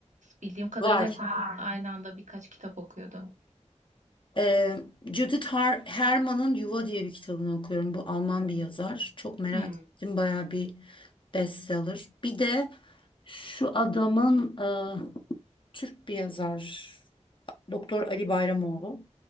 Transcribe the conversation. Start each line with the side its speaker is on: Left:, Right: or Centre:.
Right: Bildiğim kadarıyla
Left: var.
Right: sen Var. aynı anda birkaç kitap okuyordun.
Left: Ee, Judith Har Herman'ın Yuva diye bir kitabını okuyorum. Bu Alman bir yazar. Çok merak
Right: Hmm,
Left: ettim, bayağı bir bestseller. Bir de şu adamın e, Türk bir yazar Doktor Ali Bayramoğlu.